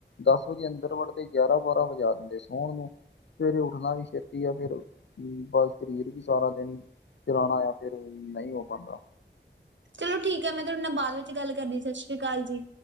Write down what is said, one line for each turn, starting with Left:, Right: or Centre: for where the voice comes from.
Left: ਦੱਸ ਵਜੇ, ਅੰਦਰ ਵੜਦੇ ਗਿਆਰਾਂ ਬਾਰਾਂ ਵਜਾ ਦਿੰਦੇ ਸੋਣ ਨੂੰ, ਸਵੇਰੇ ਉੱਠਣਾ ਵੀੇ ਏ ਫਿਰ ਬਸ, ਸਰੀਰ ਵੀ ਸਾਰਾ ਦਿਨ ਚਲਾਣਾ ਆ, ਫਿਰ ਨਹੀਂ, ਹੋ ਪਾਦਾ
Right: ਚਲੋ ਠੀਕ ਹੈ, ਮੈਂ ਤੁਹਾਡੇ ਨਾਲ ਬਾਅਦ ਵਿੱਚ, ਗੱਲ ਕਰਨੀ ਸਤਿ ਸ਼੍ਰੀ ਅਕਾਲ ਜੀ।